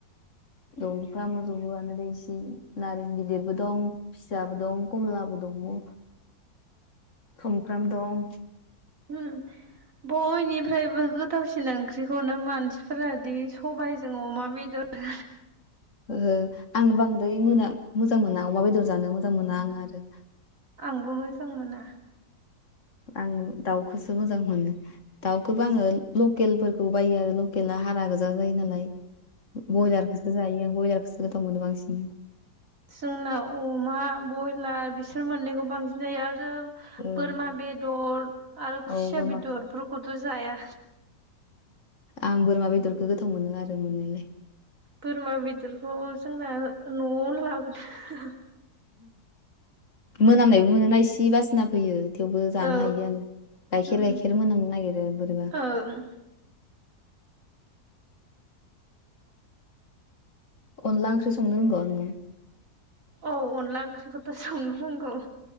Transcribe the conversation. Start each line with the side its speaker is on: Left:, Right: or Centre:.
Left: दंफ्रा मोजौबोआनो दै इसे नारें गिदिरबो दं फिसाबो दं कमलाबो दंङो सुमफ्राम दं
Right: होम बयनिफ्रायबो गोथावसिन ओंख्रिखौनो मानसिफोरा दि सबाइजों अमा बेदर <inaudible>
Left: ओहो आं बांद्राय मोना मोजां मोना अमा बेदर जानो मोजां मोना आङो आरो
Right: आंबो मोजां मोना
Left: आं दाउखौसो मोजां मोनो दाउखौबो आङो लकेलफोरखौ बायो आरो लकेला हारा गोजान जायो नालाय ब्रयलारखौसो जायो आं ब्रयलारखौसो गोथाव मोनो बांसिन
Right: जोंनाव अमा बयलार बिसोर मोननैखौ बांसिन जायो आर रो
Left: ओं
Right: बोरमा बेदर आरो
Left: औ
Right: खुसिया
Left: बोरमा
Right: बेदरफोरखौथ' जाया।
Left: आं बोरमा बेदरखौ गोथाव मोनो आरो मोननायलाय
Right: बोरमा बेदरखौ जोंना न'आवनो लाबोदो <unintelligible>
Left: मोनामनायबो मोनोना इसे बासिना फैयो। थेवबो जानो
Right: औ
Left: हायो आरो गाइखेर
Right: उम
Left: गाइखेर मोनांनो नागिरो बोरैबा
Right: ओं
Left: अनला ओंख्रि संनो रोंगौ नोङो
Right: औ अनला ओंख्रिखौथ' सं रोंगौ